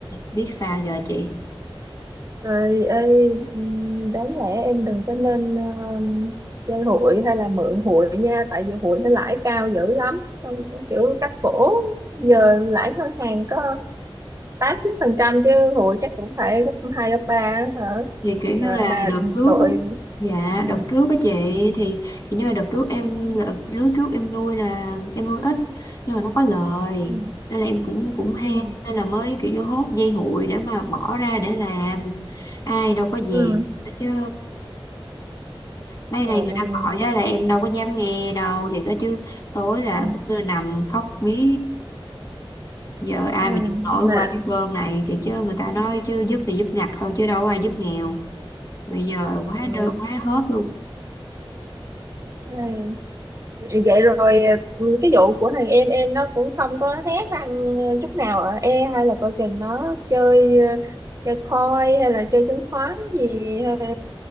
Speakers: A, on the left; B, on the right.
A: biết sao giờ chị
B: rồi ơi ừ, đáng lẽ em đừng có nên ờ, chơi hụi hay là mượn hụi nha tại vì hụi nó lãi cao dữ lắm Xong kiểu cắt cổ giờ lãi ngân hàng có tám chín phần trăm chứ hụi chắc cũng phải gấp hai gấp ba á hả
A: thì kiểu như
B: rồi
A: là
B: mà
A: đợt
B: ừ,
A: trước
B: tội
A: á dạ
B: ừ,
A: đợt trước á chị thì kiểu như là đợt trước em đợt trước trước em nuôi là em nuôi ít nhưng mà nó có lời
B: ừ,
A: nên là em cũng cũng ham
B: ừ,
A: nên là mới kiểu như hốt dây hụi để mà bỏ ra để làm ai đâu có dẹp
B: ừ,
A: chứ mấy
B: trời
A: này người
B: ơi
A: ta gọi á là em đâu có dám nghe đâu thì có chứ tối là
B: ừ,
A: cứ nằm khóc mí giờ ai
B: à,
A: mà chịu nổi
B: mà
A: qua cái cơn này thì chứ người ta nói chứ giúp thì giúp ngặt thôi chứ đâu có ai giúp nghèo bây giờ quá
B: ừ,
A: đơ quá hớt luôn
B: Ai vậy rồi ừ, cái vụ của thằng em em nó cũng không có hé răng chút nào ở e hay là coi chừng nó chơi ờ, chơi coin hay là chơi chứng khoán gì ờ,